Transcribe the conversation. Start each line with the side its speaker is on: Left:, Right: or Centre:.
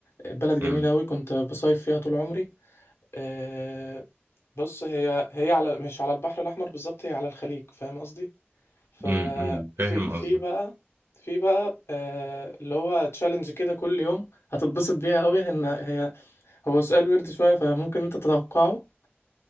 Left: آه، بلد جميلة
Right: امم
Left: أوي كنت بصيف فيها طول عمري آه، بص هي هي على مش على البحر الأحمر بالظبط هي على الخليج فاهم قصدي ففي
Right: امم أمم. فاهم
Left: في
Right: قصدك
Left: بقى في بقى آه، اللي هو تشالنج كده كل يوم هتتبسط بيها أوي إن هي هو سؤال ويرد شوية فممكن أنت تتوقعه